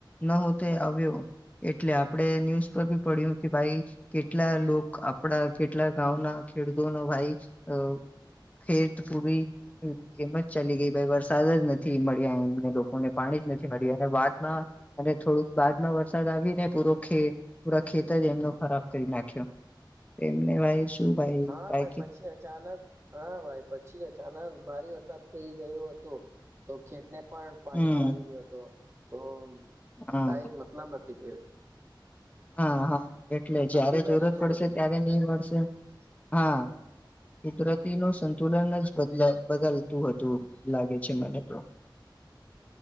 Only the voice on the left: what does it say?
ન હો તે આવ્યો એટલે આપડે ન્યૂઝ પર ભી પડ્યું કે ભાઈ કેટલા લોક આપડા કેટલા ગામના ખેડૂતોનો ભાઈ અ ખેત પૂરી એમ જ ચાલી ગઈ ભાઈ વરસાદ જ નથી મળ્યા એમને લોકોને પાણી જ નથી મળ્યું અને વાત હા અને થોડુંક બાદ વરસાદ આવીને પૂરુ ખે પૂરા ખેતર જ એમનો ખરાબ કરી નાખ્યો. એમને ભાઈ શું ભાઈ
ક
હમ
હા
હા-હા એટલે જયારે
જરૂરત
પડશે
ત્યારે નહી મળશે હા. કુદરતી ન સંતુલન જ બદ બદલતું હતું લાગે છે મને તો